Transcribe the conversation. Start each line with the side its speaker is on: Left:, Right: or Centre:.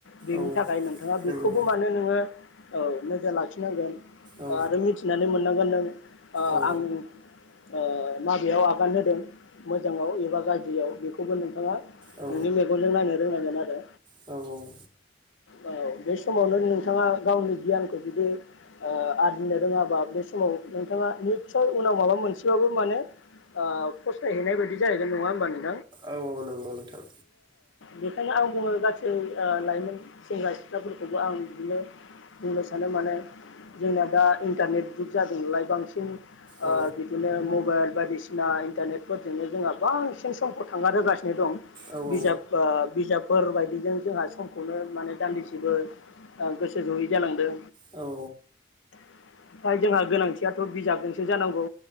Left: बेनि
Right: औ
Left: थाखाय नोंथाङा बेखौबो
Right: नंगौ
Left: मानो नोङो औ नोजोर लाखिनांगोन
Right: औ
Left: आरो मिथिनानै मोन <unintelligible> ओ
Right: औ
Left: आं ओ माबेयाव आगान होदों मोजाङाव एबा गाज्रियाव बे खौबो नोंथाङा
Right: औ
Left: नोंनि मेगनजों नायनो रोंनांगोन आरो।
Right: औ
Left: औ बे समावनो नोंथाङा गावनि गियानखौ जुदि ओ आरजिनो रोङाबा बे समाव नोंथाङा निस्सय उनाव माबा मोनसेबाबो माने आ फस्थायहैनाय बाय दि जाहैगोन नङा होमबा नों
Right: औ औ नंगौ नोंथां।
Left: बेखायनो आं बुङो गा सै ओ लाइमोन सेंग्रा सिख्लाफोरखौबो आं बिदिनो बुंनो सानो माने जोंना दा इन्टारनेट जुग जादों नालाय बांसिन ओ
Right: औ
Left: बिदिनो म बाइल बायदिसिना इन्टारनेटफोरजोंनो जोंहा बांसिन समखौ थांगारहोगा सिनो दं
Right: औ औ
Left: बिजाब ओ बिजाब फोर बाय दिनो जोंहा समखौनो माने दान्दिसेबो ओ गोसो जयै जालांदों।
Right: औ
Left: ओमफ्राय जोंहा गोनांथियाथ' बिजाबजोंसो जानांगौ